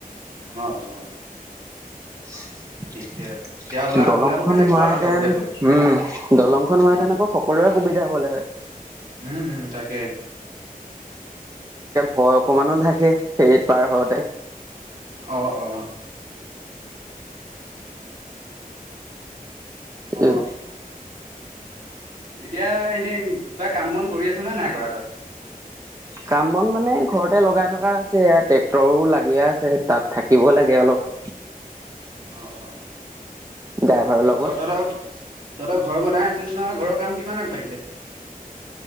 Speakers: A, on the right; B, on the right.
A: অহ অ'
B: <inaudible>
A: ঠিকে আছে তেতিয়া ওলা
B: দলং
A: ওলাবগে
B: খন
A: লাগিব
B: হোৱাহেতেন
A: আৰু লগতে গৈ।
B: উম দলং খন হোৱাহেতেন
A: উম
B: আকৌ সকলোয়ে সুবিধা হলে হয়
A: উম উম, তাকে
B: হয় অকমানো লাগে ফেৰীত পাৰ হওঁতে
A: অ অ অ
B: এই
A: এতিয়া এনেই কিবা কাম বন কৰি আছ নে নাই কৰা তই।
B: কাম বন মানে ঘৰতে লগাই থকা হৈছে ট্ৰেক্টৰো লাগিয়ে আছে তাত থাকিব লাগে অলপ। <inaudible>
A: অ -অ
B: ড্ৰাইভাৰৰ লগত
A: -অ তহঁতৰ তহঁতৰ ঘৰ বনাই আছিলি নহয় ঘৰৰ কাম কিমান আগবাঢ়িলে